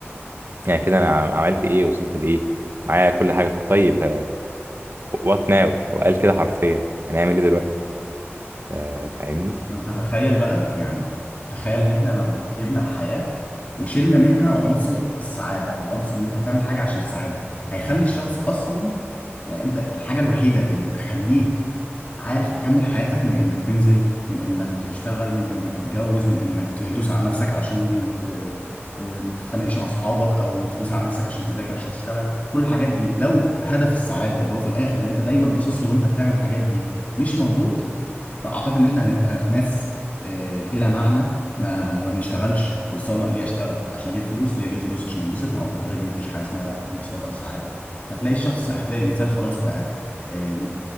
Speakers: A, on the right (about 55°); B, on the left (about 35°).
A: يعني كده انا عملت ايه وصلت لايه معايا كل حاجه طيب وات ناو هو قال كده حرفيا هنعمل ايه دلوقتي أنت فاهمني
B: ما انت تخيل بقى يعني تخيل ان احنا لو جبنا الحياة وشلنا منها عنصر السعادة او عنصر ان انت تعمل حاجة عشان السعادة هيخلي الشخص اصلا يعني انت الحاجة الوحيدة اللي بتخليك عارف تكمل حياتك من انك تنزل من انك تشتغل من انك تتجوز من انك تدوس على نفسك علشان ت... آه، ما تتخانقش مع اصحابك او تدوس على نفسك عشان تذاكر عشان تشتغل كل الحاجات دي لو هدف السعادة اللي هو في الاخر اللي انت دايما باصص له وانت بتعمل الحاجات دي مش موجود فاعتقد ان احنا هنبقى ناس آه، بلا معنى ما ما بنشتغلش خلصانه ليه اشتغل عشان اجيب فلوس ليه اجيب فلوس عشان اتبسط ما هو اوريدي ما فيش حاجه اسمها انبساط او سعاده فتلاقي الشخص هتلاقي الانسان خلاص بقى آه،